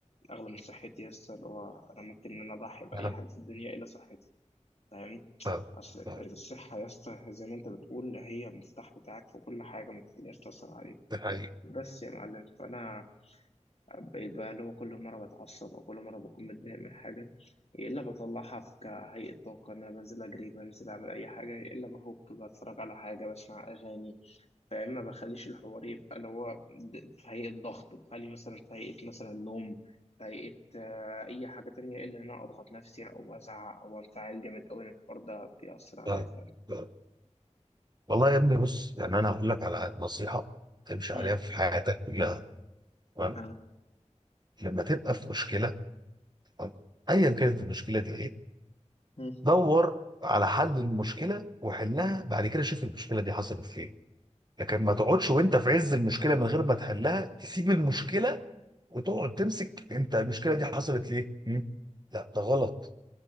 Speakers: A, on the left; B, on the right.
A: أغلى من صحتي يس اللي هو أنا ممكن إن أنا أضحي بأي
B: أنا-
A: حاجة في الدنيا إلا صحتي فاهمني؟
B: ف-
A: أصل
B: ف-
A: الصحة يا اسطى زي ما أنت بتقول هي المفتاح بتاعك في كل حاجة ما تخليهاش تأثر عليك.
B: ده حقيقي.
A: بس يا معلم فانا بقيت بقى اللي هو كل مره بتعصب او كل مره بكون متضايق من حاجه يا الا بطلعها في كهيئه طاقه ان انا بنزل اجري بنزل اعمل اي حاجه يا الا بفك بتفرج على حاجه بسمع اغاني فيا اما بخليش الحوار يبقى اللي هو د- في هيئه ضغط بخلي مثلا في هيئه مثلا نوم في هيئه آه، اي حاجه تانية الا ان انا اضغط نفسي او ازعق او انفعل جامد قوي ان الحوار ده بيأثر عليا
B: ف-
A: فعلا
B: ف- والله يا ابني بص يعني انا هقول لك على نصيحه تمشي
A: امم
B: عليها في حياتك كلها تمام
A: آه.
B: لما تبقى في مشكله تمام؟ ايا كانت المشكله دي ايه
A: مم.
B: دور على حل المشكله وحلها بعد كده شوف المشكله دي حصلت فين لكن ما تقعدش وانت في عز المشكله من غير ما تحلها تسيب المشكله وتقعد تمسك انت المشكله دي حصلت ليه؟ مم؟ لا ده غلط